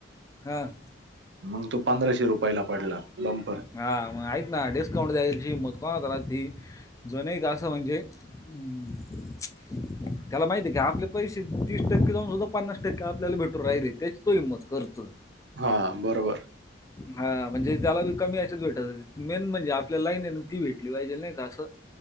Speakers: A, on the left; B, on the right.
A: हां.
B: मग तो पंधराशे रुपयाला पडला बंपर
A: हा मग आहेत ना डिस्काउंट द्यायची मग कोणा कला ती जण एक ग असं म्हणजे अम् त्याला माहिती आहे की आपले पैसे तीस टक्के जाऊन सुद्धा पन्नास टक्के आपल्याला भेटून राहिले त्याची तो हिंमत करत
B: हां बरोबर.
A: हां म्हणजे. त्याला बी कमी याच्यात भेटत मेन म्हणजे आपल्या लाईन आहे ना ती भेटली पाहिजे नाही का असं